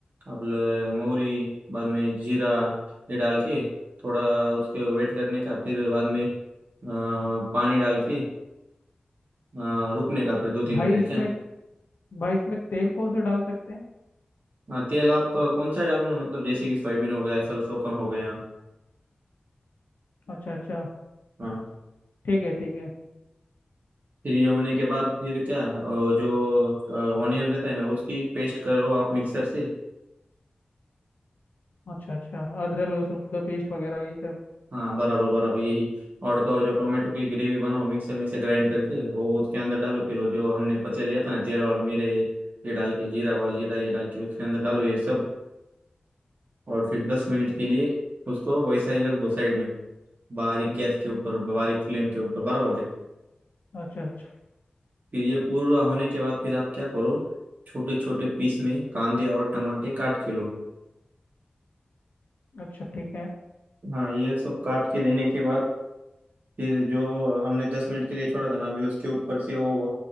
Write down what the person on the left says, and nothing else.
भाई
इसमें
भाई इसमें तेल कौन सा डाल सकते हैं
अच्छा अच्छा
ठीक है ठीक है
अच्छा अच्छा अदरक लहसुन का पेस्ट वगैरह यही सब
अच्छा अच्छा
अच्छा ठीक है